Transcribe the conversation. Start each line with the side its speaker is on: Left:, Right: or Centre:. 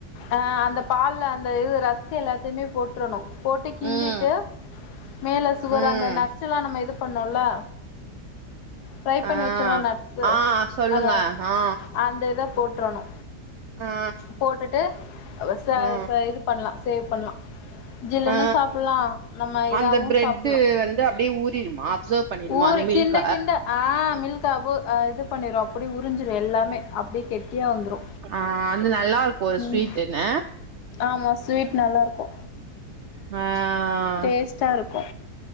Left: ஆ அந்த பால்ல அந்த இது ராஸ்க்கு எல்லாத்தையுமே போட்டுரணு போட்டு கிண்டிட்டு
Right: ம்
Left: மேலா சுகரு
Right: ம்
Left: அந்த நட்ஸ்செல்லா நம்ம இது பண்ணோல்லா ட்ரை பண்ணி
Right: ஆ
Left: வச்சோர்வோ நட்ஸ்சு
Right: ஆ சொல்லுங்க
Left: அதா
Right: ஆ
Left: அந்த இத போட்டுரணு
Right: ஆ
Left: போட்டுட்டு அ ச
Right: ஆ
Left: ச இது பண்ணலா சேவ் பண்ணலா ஜில்ன்னு
Right: ஆ
Left: சாப்புல்லா நம்ம இதாவு
Right: அந்த பிரெட்டு
Left: சாப்பல்லா
Right: வந்து அப்டியே ஊறிடுமா அப்சர்வ் பண்ணிடுமா
Left: ஊருக்கின்
Right: அந்த மில்க
Left: கிண்ட கிண்ட ஆ மில்கா போ இது பண்ணிரு அப்படி உறிஞ்சிரு எல்லாமே அப்டியே கெட்டியா வந்துரு
Right: ஆ அது நல்லாருக்கு ஒரு
Left: ம்
Right: ஸ்வீட்டுன்ன
Left: ஆமா ஸ்வீட் நல்லாருக்கு
Right: ஆ
Left: டேஸ்ட்டாருக்கு